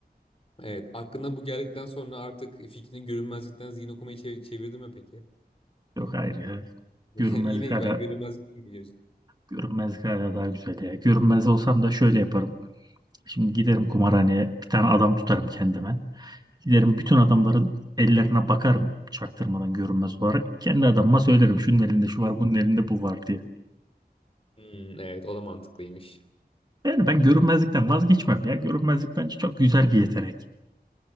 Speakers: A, on the left; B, on the right.
A: Evet. Aklına bu geldikten sonra artık fikrini görünmezlikten zihin okumayı çev çevirdi mi peki?
B: Yok hayır ya.
A: <laughs>
B: Görünmezlik
A: Yine
B: hala,
A: ben görünmezlik mi biliyorsun?
B: görünmezlik hala daha güzel ya. Görünmez olsam da şöyle yaparım. Şimdi giderim kumarhaneye bir tane adam tutarım kendime. Giderim bütün adamların ellerine bakarım çaktırmadan görünmez olarak. Kendi adamıma söylerim şunun elinde şu var bunun elinde bu var diye.
A: Hmm, evet o da mantıklıymış.
B: Yani ben görünmezlikten vazgeçmem ya. Görünmezlik bence çok güzel bir yetenek.